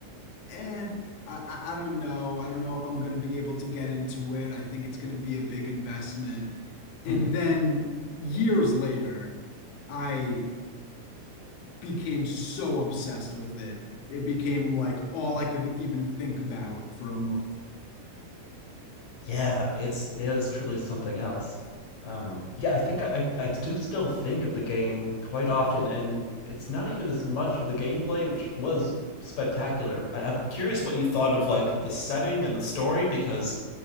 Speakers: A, on the left; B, on the left.
A: eh, I, I I don't know. I don't know if I'm going to be able to get into it. I think it's going to be a big investment. And
B: hmm
A: then years later, I became so obsessed with it. It became like all I could even think about for a month.
B: Yeah, it's it is truly something else. Um, yeah, I think I, I I do still think of the game quite often, and it's not even as much of the gameplay, which was spectacular. I, I'm curious what you thought of like the setting and the story because